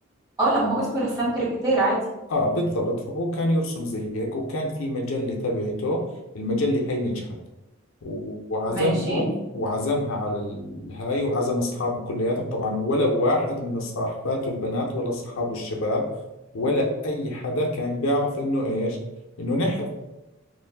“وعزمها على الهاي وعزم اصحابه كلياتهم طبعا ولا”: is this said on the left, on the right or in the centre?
Left